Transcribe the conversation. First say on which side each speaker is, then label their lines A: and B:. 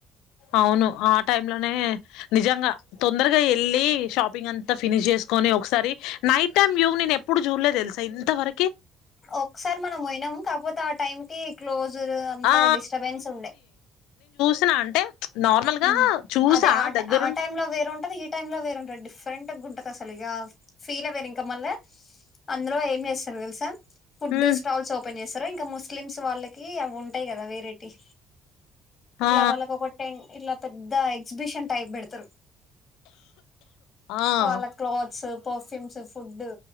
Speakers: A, on the left; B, on the left.
A: అవును ఆ టైం లోనే నిజంగా తొందరగా ఎళ్ళి షాప్ పింగ్ అంతా ఫినిష్ చేసుకొని ఒకసారి నైట్ టైమ్ వ్యు నేను ఎప్పుడు చూడలే తెలుసా ఇంతవర
B: ఒకసార్ మనం పొయినం. కాకపొ తే ఆ టైం కి క్లోజుర్ అంత
A: ఆ
B: డిస్టర్బెన్స్ ఉండే.
A: సిన అంటే నార్మల్ గా
B: హ్
A: చూసా
B: అదే ఆ
A: దగ్గరుండి
B: ఆ టైం లో వేరు ఉంటది. ఈ టైమ్ లో వేరుంటది. డి ఫ్రెంట్ గుంటదసలు ఇగా ఫీలే వేరు ఇంకా మల్లా అందులో ఏం చేస్తరు తెలుసా. ఫుడ్
A: హ్మ్
B: స్టాల్స్ ఓపెన్ చేస్ తరు. ఇంకా ముస్లిమ్స్ వాళ్ళకి అవి ఉంటయి కదా వేరెటీయి ఇట్లా
A: ఆ
B: వాళ్ళకు ఒక టెన్ ఇట్ల పెద్ద ఎగ్జిబిషన్ టైప్ పెడతరు.
A: ఆ ఆ
B: వాళ్ళ క్లోత్స్ పర్ఫ్యూమ్స్, ఫుడ్డు